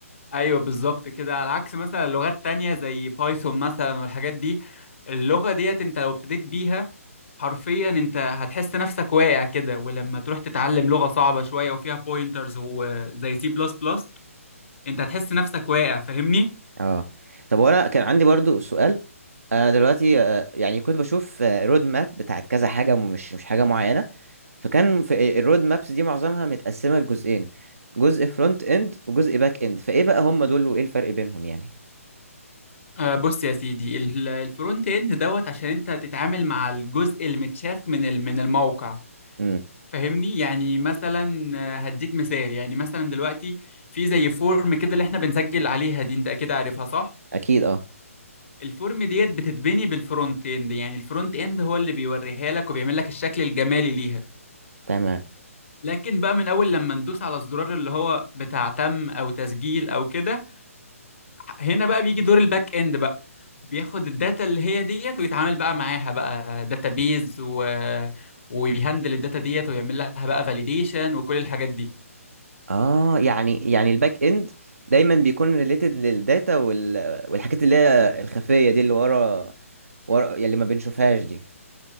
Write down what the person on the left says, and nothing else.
ايوه بالظبط كده على عكس مثلا لغات تانية زي بايثون مثلا والحاجات دي اللغة ديت انت لو ابتديت بيها حرفيا انت هتحس نفسك واقع كده ولما تروح تتعلم لغة صعبة شوية وفيها بوينترز وزي سي بلس بلس انت هتحس نفسك واقع فاهمني؟
آه بص يا سيدي ال- الفرونت اند دوت عشان انت تتعامل مع الجزء المتشاف من ال- من الموقع
فاهمني؟ يعني مثلا آه، هديك مثال يعني مثلا دلوقتي في زي فورم كده اللي احنا بنسجل عليها دي انت اكيد عارفها صح؟
الفورم ديت بتتبني بالفرونت اند يعني الفرونت اند هو اللي بيوريها لك وبيعمل لك الشكل الجمالي ليها
لكن بقى من اول لما ندوس على الزرار اللي هو بتاع تم او تسجيل او كده هنا بقى بيجي دور الباك اند بقى بياخد الداتا اللي هي ديت ويتعامل بقى معاها بقى داتابيز و... ويهندل الداتا ديت ويعمل لها بقى فاليديشن وكل الحاجات دي